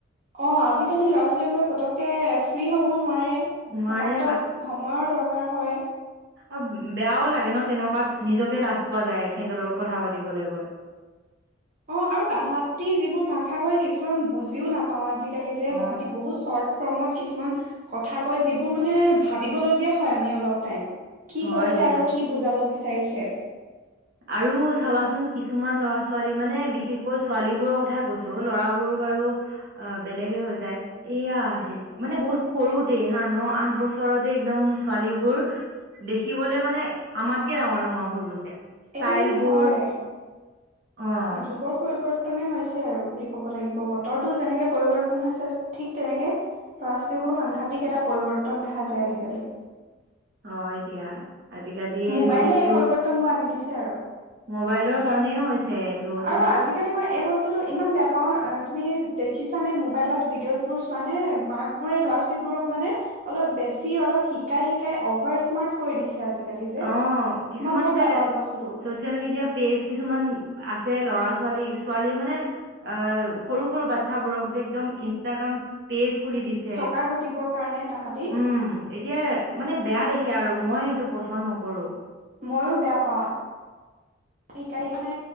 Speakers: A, on the right; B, on the right.
A: অ' আজিকালি ল'ৰা-ছোৱালী বোৰে পতককে ফ্ৰী হবওঁ নোৱাৰে।
B: নোৱাৰে
A: তাহাঁতৰ সময়ৰ দৰকাৰ হয়।
B: অ' বেয়াও লাগে ন তেনেকুৱাত নিজকে লাজ পোৱা যায় সিহঁতৰ লগত কথা পাতিবলৈ গৈ।
A: অ'আৰু তাহতি যিবোৰ ভাষা কয় কিছুমান বুজিও নাপাও আজি কালি যে
B: অ
A: তাহাঁতি বহুত চৰ্ট ফৰ্মত কিছুমান কথা কয়, যিবোৰ মানে ভাবিবলগীয়া হয় আমি অলপ টাইম। কি
B: হয়
A: কৈছে
B: দিয়া
A: আৰু কি বুজাব বিচ চাৰিছে।
B: আৰু চাবাচোন কিছুমান ল'ৰা-ছোৱালী মানে বিশেষকৈ ছোৱালীবোৰৰ কথাই কৈছো ল'ৰাবোৰ বাৰু অ' বেলেগে হৈ যায়। এয়া হেৰি মানে বহুত সৰুতেই হা ন, আঠ বছৰতে একদম ছোৱালীবোৰ দেখিবলে মানে আমাতকে ডাঙৰ-ডাঙৰ হৈ গৈছে। ষ্টাইলবোৰ
A: এইটো কিন্তু হয়
B: অঁ
A: যুগৰ পৰিৱ তেনে হৈছে আৰু বুলি ক'ব লাগিব বতৰটো যেনেকে পৰিৱৰ্তন হৈছে ঠিক তেনেকে ল'ৰা-ছোৱালীৰো সাংঘাতিক এটা পৰিৱৰ্তন দেখা যায়। আজিকালি।
B: হয় দিয়া। আজিকালি
A: মোবাইলে
B: যুগটো
A: এই পৰিৱৰ্তন বোৰ আনি দিছে। আৰু।
B: মোবাইলৰ কাৰণেই হৈছে এইটোতো
A: আৰু আজিকালি মই এই বস্তুতটো ইমান বেয়া পাওঁ। তুমি দেখিছা নে মোবাইলত ভিডিঅ' বোৰ চোৱা নে মাক বোৰে ল'ৰা-ছোৱালী বোৰক মানে অলপ বেছি অলপ শিকাই শিকাই অভাৰ স্মাৰ্ট কৰি দিছে আজিকালি। যে
B: অ' কিছুমান
A: মই বৰ বেয়া
B: যে
A: পাওঁ এই বস্তুটো
B: চছিয়েল মিডিয়া পেজ কিছুমান আছে ল'ৰা ছোৱালী, ছোৱালী মানে অ' সৰু-সৰু বাটচা বোৰক যে একদম ইনস্ত্ৰাগাম পেইজ খুলি দিছে,
A: টকা ঘটিবৰ কাৰণে তাহাঁতি
B: উম এতিয়া মানে বেয়া দেখে আৰু। মই এইটো পছ পচন নকৰো।
A: ময়ো বেয়া পাওঁ। শিকাই মানে